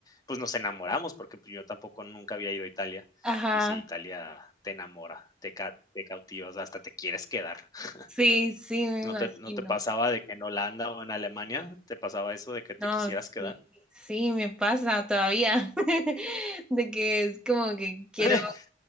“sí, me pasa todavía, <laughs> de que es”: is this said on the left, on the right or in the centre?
Centre